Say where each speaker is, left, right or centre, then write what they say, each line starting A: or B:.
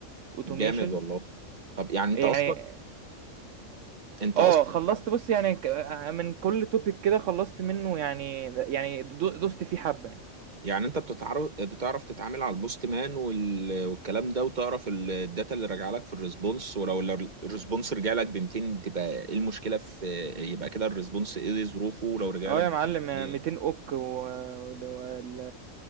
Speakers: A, on the right; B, on the right.
A: واوتوميشن
B: جامد والله طب يعني انت
A: يعني
B: اصلا انت
A: اه
B: اصلا
A: خلصت بص يعني ك- آه، من كل توبيك كده خلصت منه يعني يعني دو- دوست فيه حبة يعني
B: يعني انت بتتعرف بتعرف تتعامل على البوست مان وال... والكلام ده وتعرف ال- الداتا اللي راجع لك في الريسبونس ولو ال- الريسبونس رجع لك ب 200 تبقى ايه المشكلة في يبقى كده الريسبونس ايه ظروفه ولو رجع
A: اه
B: لك
A: يا معلم
B: ب-
A: 200 اوك و... وال-